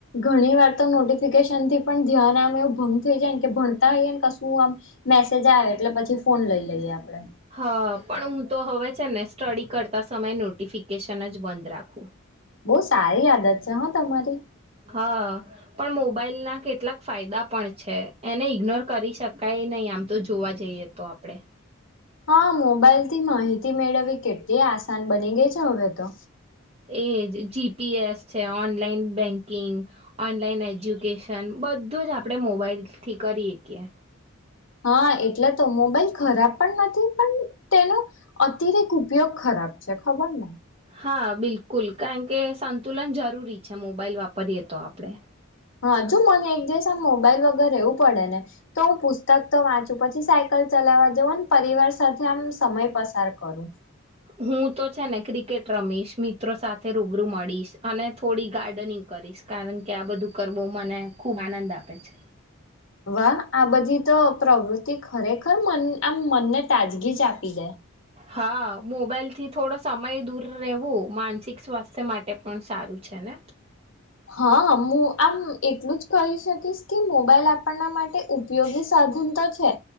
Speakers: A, on the left; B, on the right.
A: ઘણી વાર તો નોટિફિકેશન થી પણ ધ્યાન આમ એવું ભંગ થઈ જાય કે ભણતા હોઈયએ ને કશું આમ, મેસેજ આવે એટલે પછી ફોન લઈ લઈએ આપડે.
B: હા પણ હું તો હવે છે ને સ્ટડી કરતા સમયે નોટિફિકેશન જ બંધ રાખું.
A: બહુ સારી આદત છે હા તમારી.
B: હા, પણ મોબાઈલના કેટલાક ફાયદા પણ છે એને ઇગ્નોર કરી શકાય નહીં આમ તો જોવા જઈએ તો આપણેે.
A: હા મોબાઈલ થી માહિતી મેળવવી કેટલી આસાન બની ગઈ છે હવે તો.
B: એજ જી પી એસ છે ઓનલાઈન બેન્કિંગ, ઓનલાઈન એજ્યુકેશન બધું જ આપણે મોબાઈલથી કરી એકીએ.
A: હા એટલે તો મોબાઈલ ખરાબ પણ નથી પણ તેનો, અતિરેક ઉપયોગ ખરાબ છે ખબર ને.
B: હા બિલકુલ કારણ કે સંતુલન જરૂરી છે મોબાઈલ વાપરીએ તો આપણેે.
A: હાજુ મને એક દિવસ આમ મોબાઈલ વગર રહેવું પડે ને, તો હું પુસ્તક તો વાંચું પછી સાયકલ ચલાવવા જવું ને પરિવાર સાથે આમ સમય પસાર કરું.
B: હું તો છે ને ક્રિકેટ રમીશ મિત્રો સાથે રૂબરૂ મળીશ અને થોડી ગાર્ડનિંગ કરીશ કારણ કે આ બધું કરવું મને ખૂબ આનંદ આપે છે.
A: વાહ આ બધી તો પ્રવૃત્તિ ખરેખર મ આમ મનને તાજગી જ આપી દે.
B: હા મોબાઈલ થી થોડો સમય દૂર રહેવું માનસિક સ્વાસ્થ્ય માટે પણ સારું છે ને.
A: હા મુું આમ એટલું જ કહી શકીશ કે મોબાઈલ આપપ આપના માટે ઉપયોગી સાધન તો છે,